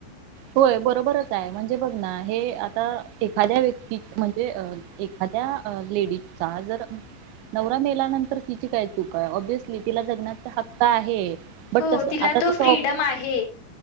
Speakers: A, on the right; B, on the left.
A: होय बरोबरच हाय. म्हणजे बघ ना हे आता एखाद्या व्यक्ती म्हणजे अ एखाद त्या लेडीचा जर नवरा मेलानंतर तिची काय चूकाय? ऑबयेसली तिला जगण्याचा हक्क आहे. बट
B: हो
A: तसं
B: तिला
A: आता त
B: फ्रीडम
A: तो
B: आहे.